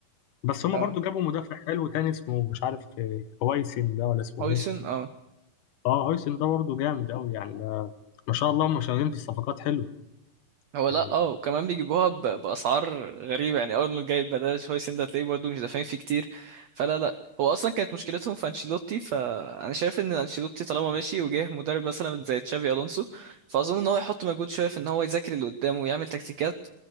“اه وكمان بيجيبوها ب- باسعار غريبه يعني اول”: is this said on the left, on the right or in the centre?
Right